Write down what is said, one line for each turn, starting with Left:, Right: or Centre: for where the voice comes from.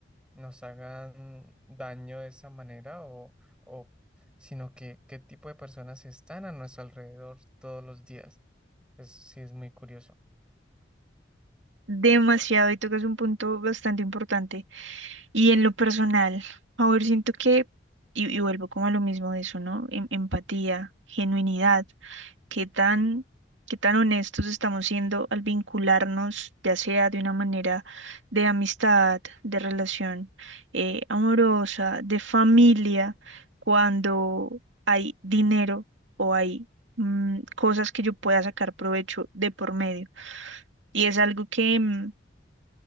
Centre: nos hagan daño de esa manera, o, o, sino que qué tipo de personas están a nuestro alrededor todos los días. Es, sí, es muy curioso.
Right: Demasiado, y tocas un punto bastante importante. Y en lo personal, a ver, siento que, y, y vuelvo como a lo mismo de eso, ¿no? Em- empatía, genuinidad. qué tan, qué tan honestos estamos siendo al vincularnos, ya sea de una manera de amistad, de relación eh, amorosa, de familia, cuando hay dinero o hay mm, cosas que yo pueda sacar provecho de por medio. Y es algo que... mm,